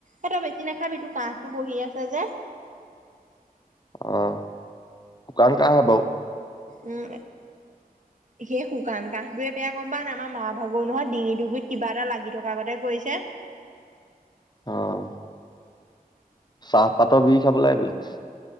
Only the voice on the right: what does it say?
এঁই বেছি নাখাবি তো কাহটো বহি আছে যে
উম সেই শুকান কাহটোয়ে বেয়া গম পা নাই আমাৰ মা ভাগৌ নহয় ডিঙি ডুগৰিত কিবা এটা লাগি থকা আগতে কৈছে।